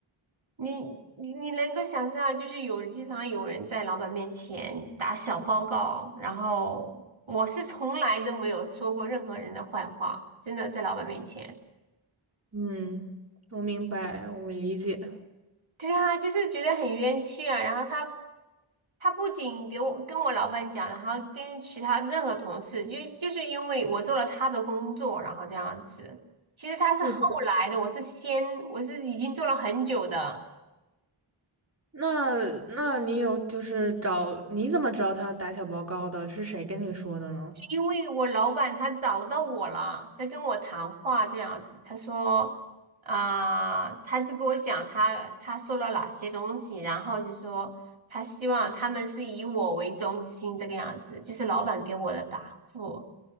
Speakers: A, on the right; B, on the right.
A: 你你你能够想象，就是有经常有人在老板面前打小报告，然后我是从来都没有说过任何人的坏话，真的在老板面前。
B: 嗯，我明白，我理解。
A: 对啊，就是觉得很冤屈啊。然后他他不仅给我跟我老板讲，然后跟其他任何同事，就是就是因为我做了他的工作，然后这样子。其实他是后来的，
B: 我。
A: 我是先我是已经做了很久的。
B: 那那你有就是找，你怎么知道他打小报告的？是谁跟你说的呢？
A: 是因为我老板他找到我了，在跟我谈话这样子。他说啊、他就跟我讲他他说了哪些东西，然后就说他希望他们是以我为中心这个样子，就是老板给我的答复，